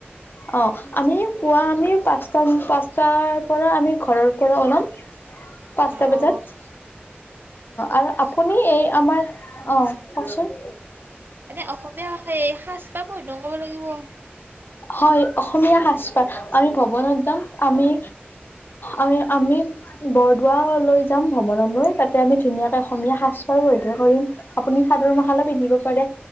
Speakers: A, on the left; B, on the right.
A: অ', আমি পুৱা আমি পাঁচটা-পাঁচটাৰ পৰা আমি ঘৰৰ পৰা ওলাম। পাঁচটা
B: অ
A: বজাত।
B: অ
A: আৰু আপুনি
B: অ
A: এই আমাৰ অ কওকচোন?
B: এনে অসমীয়া সেই সাজপাৰ পৰিধান কৰিব লাগিব অ
A: হয় অসমীয়া সাজপাৰ আমি ভৱনত যাম। আমি আমি-আমি বৰদোৱা লৈ যাম ভৱন লৈ তাতে আমি ধুনীয়াকে অসমীয়া সাজ পাৰ পৰিধাৰ কৰিম। আপুনি চাদৰ মখালা পিন্ধিব পাৰে।